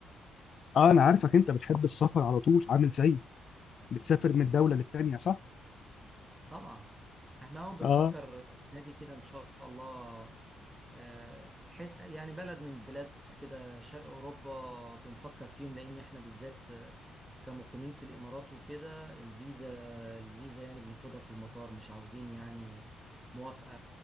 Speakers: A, on the left (about 55°); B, on the right (about 15°).
A: اه انا عارفك انت بتحب السفر على طول عامل زيي بتسافر من
B: اه
A: دوله للتانيه صح؟
B: طبعا احنا اهو بنفكر
A: اه
B: السنه دي كده ان شاء الله آه، حت يعني بلد من بلاد كده شرق اوروبا بنفكر فيهم لان احنا بالذات آه، كمقيمين في الامارات وكده الفيزا الفيزا يعني بناخدها في المطار مش عاوزين يعني موافقه